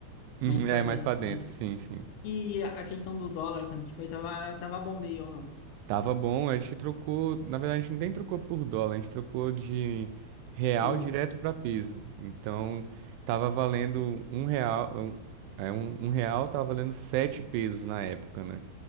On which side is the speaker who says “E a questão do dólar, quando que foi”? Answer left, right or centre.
Left